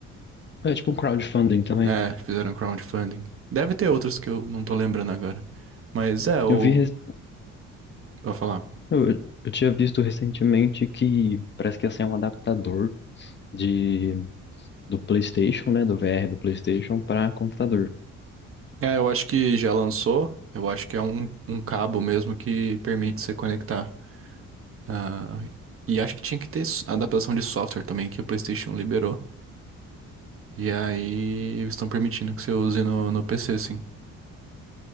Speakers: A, on the left (about 35°); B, on the right (about 45°).
A: É tipo um crowdfunding também.
B: É, fizeram crowdfunding. Deve ter outras que eu não tô lembrando agora. Mas é, o...
A: Eu vi, res-
B: Pra falar.
A: eu, eu tinha visto recentemente que parece que ia sair um adaptador de, do PlayStation, né? Do VR do PlayStation para computador.
B: É, eu acho que já lançou. Eu acho que é um, um cabo mesmo que permite você conectar. Ah, e acho que tinha que ter s- adaptação de software também, que o PlayStation liberou. E aí eles estão permitindo que você use no, no PC, sim.